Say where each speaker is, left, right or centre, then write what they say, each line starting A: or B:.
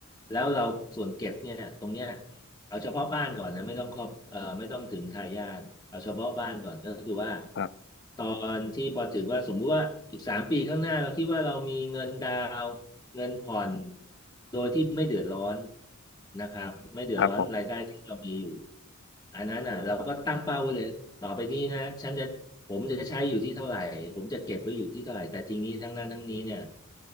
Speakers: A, on the left; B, on the left.
A: แล้วเราส่วนเก็บเนี่ยตรงเนี้ย เอาเฉพาะบ้านก่อนนะไม่ต้องครอบเอ่อไม่ต้องถึงทายาทเอาเฉพาะบ้านก่อนก็คือว่า
B: ครับ
A: ตอนที่พอถึงว่าสมมุติว่าอีกสามปีข้างหน้าเราคิดว่าเรามีเงินดาวน์เงินผ่อนโดยที่ไม่เดือดร้อนนะครับไม่เดือดร้อนรายได้ที่เรามีอยู่
B: ครับผม
A: อันนั้นอ่ะเราก็ตั้งเป้าไว้เลยต่อไปนี้นะฉันจะ ผมจะใช้อยู่ที่เท่าไหร่ ผมจะเก็บไว้อยู่ที่เท่าไหร่แต่ทีนี้ทั้งนั้นทั้งนี้เนี่ย